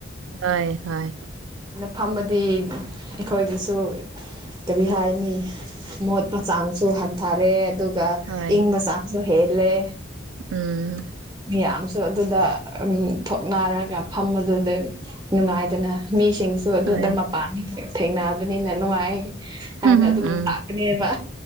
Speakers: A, on the right (about 75°); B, on the right (about 15°).
A: ꯍꯣꯏ ꯍꯣꯏ
B: ꯐꯝꯃꯗꯤ ꯑꯩꯈꯣꯏꯒꯤꯁꯨ ꯀꯔꯤ ꯍꯥꯏꯅꯤ ꯃꯣꯠꯄ ꯆꯥꯡꯁꯨ ꯍꯟꯊꯔꯦ ꯑꯗꯨꯒ
A: ꯍꯣꯏ
B: ꯏꯪꯕ ꯆꯥꯡꯁꯨ ꯍꯦꯜꯂꯦ
A: ꯎꯝ
B: ꯃꯤꯌꯥꯝꯁꯨ ꯑꯗꯨꯗ ꯎꯝ ꯊꯣꯛꯅꯔꯒ ꯐꯝꯕꯗꯨꯗ ꯅꯨꯡꯉꯥꯏꯗꯅ ꯃꯤꯁꯨ ꯁꯤꯡꯁꯨ ꯑꯗꯨꯗ
A: ꯍꯣꯏ
B: ꯃꯄꯥꯟ ꯊꯦꯡꯅꯕꯅꯤꯅ ꯅꯨꯡꯉꯥꯏ ꯍꯥꯏꯅ
A: ꯎꯝ
B: ꯑꯗꯨꯝ ꯂꯥꯛꯀꯅꯦꯕ